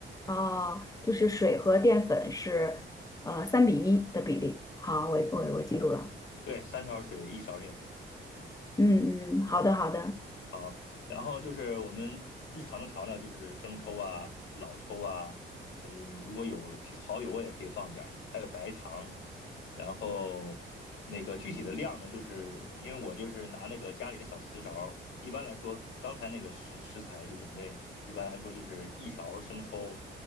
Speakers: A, on the left; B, on the left.
A: 哦，就是水和淀粉是呃三比一的比例。好，我我我记住了。
B: 对，三勺水一勺淀粉。
A: 嗯嗯，好的好的。
B: 好，然后就是我们日常的调料就是生抽啊、老抽啊，嗯，如果有提蚝油也可以放点儿，还有白糖。然后那个具体的量呢，就是因为我就是拿那个家里的小瓷勺一般来说，刚才那个食食材就准备，一般来说就是一勺生抽，